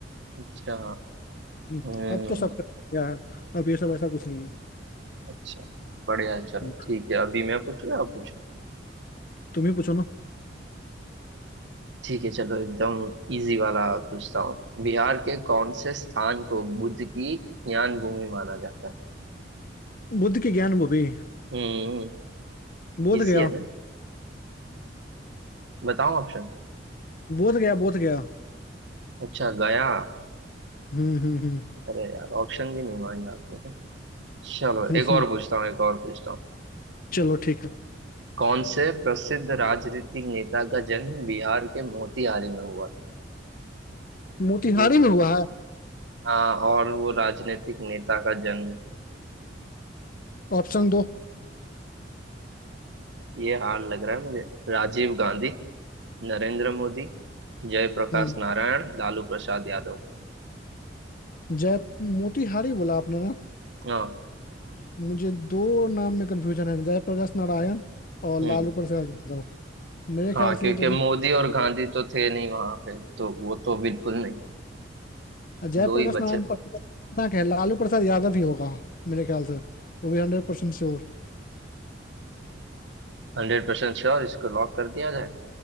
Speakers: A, on the right; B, on the left.
A: अच्छा
B: हम्म,
A: हम्म
B: अब तो सब क्या है अब ये सब ऐसा कुछ नहीं है
A: अच्छा बढ़िया है चलो
B: हम्म,
A: ठीक है अभी मैं पूछ रहा आप पूछ रहे हो?
B: तुम ही पूछो ना
A: ठीक है चलो एकदम इजी वाला पूछता हूँ बिहार के कौन से स्थान को बुद्ध की ज्ञान भूमि माना जाता है
B: बुद्ध की ज्ञान वो भी
A: हम्म
B: बोध
A: इसी
B: गया
A: है ना बताओ ऑप्शन
B: बोध गया बोध गया
A: अच्छा गया
B: हम्म हम्म हम्म
A: अरे यार ऑप्शन भी नहीं मांगे आपने तो चलो
B: हम्म,
A: एक
B: हम्म।
A: और पूछता हूँ एक और पूछता हूँ
B: चलो ठीक है
A: कौन से प्रसिद्ध राजनीतिक नेता का जन्म बिहार के मोतिहारी में हुआ था
B: मोतिहारी
A: ये तो
B: में हुआ है
A: हाँ और वो राजनीतिक नेता का जन्म
B: ऑप्शन दो
A: ये हाल लग रहा है मुझे राजीव गांधी नरेंद्र मोदी जयप्रकाश
B: हम्म
A: नारायण लालू प्रसाद यादव
B: जय मोतिहारी बोला आपने ना
A: हाँ
B: मुझे दो नाम में कंफ्यूजन है जयप्रकाश नारायण और लालू
A: हम्म
B: प्रसाद यादव मेरे
A: हाँ
B: ख्याल
A: क्योंकि
B: से ये दोनों
A: मोदी और गांधी तो थे नहीं वहां पे तो वो तो बिल्कुल नहीं
B: जयप्रकाश
A: दो ही बचे
B: नारायण पटना के हैं, लालू प्रसाद यादव ही होगा मेरे ख्याल से वो भी हंड्रेड परसेंट श्योर
A: हंड्रेड परसेंट श्योर इसको लॉक कर दिया जाए